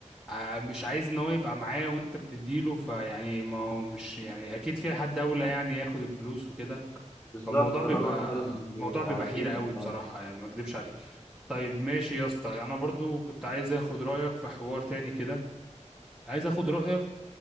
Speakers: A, in the centre; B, on the left (about 15°).
A: آه، مش عايز ان هو يبقى معاه وانت بتديله فيعني ما هو مش يعني اكيد في حد اولى يعني ياخد الفلوس وكده
B: بالظبط
A: فالموضوع بيبقى
B: هو ده اللي بيبقى
A: موضوع بيبقى
B: غريب
A: حيرة قوي
B: بصراحه
A: بصراحة يعني ما اكدبش عليك طيب ماشي يا اسطى انا برضو كنت عايز اخد رايك في حوار تاني كده عايز اخد رايك